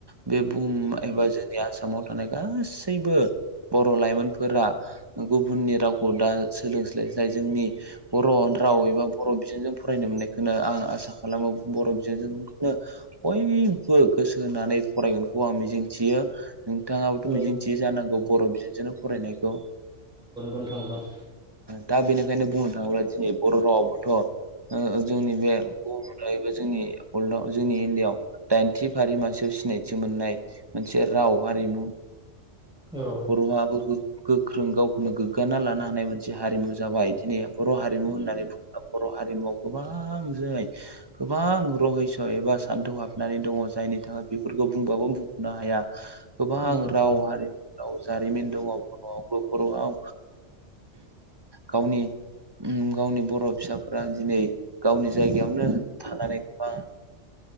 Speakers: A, on the right; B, in the centre.
A: बे बुहुम एबा जोंनि आसामाव माने गासैबो बर' लाइमोनफोरा गुबुननि रावखौ दा सोलोंस्लाय स्लाय जोंनि बर' राव एबा बर' बिजोंजों फरायनो मोननायखौनो आं आसा खालामो बर' जोंखौनो बयबो गोसो होनानै फरायगोनखौ आं मिजिंथियो। नोंथाङाबोथ'
B: औ औ
A: मिजिंथियो
B: नंगौ
A: जानांगौ बर' बिजोंजोंनो फरायनायखौ
B: नोंथां नंगौ औ
A: दा बेनिखायनो बुंनो थाङोब्ला दिनै बर' रावाबोथ' जोंनि बे ब एबा जोंनि वर्ल्डआव जोंनि इण्डिया आ दाइनथि फारि मासियाव सिनायथि मोननाय मोनसे राव हारिमु
B: औ
A: बर'आाबो गोख्रों गाव नो गोग्गाना लानो हानाय मोनसे हारिमु जाबाय दिनै बर' हारिमु होननानै बुङोब्ला बर' हारिमुआव गोबां जाय गोबां रहस' एबा सान्थौ हाबनानै दङ। जाय थाखाय बेफोरखौ बुंबाबो बुंरनो हाया गोबां
B: नंगौ नंगौ
A: राव हारिमु जारिमिन दङ बर'आवबो बर'आव गावनि गावनि बर' फिसाफोरा दिनै गावनि जायगायावनो थानानै गोबां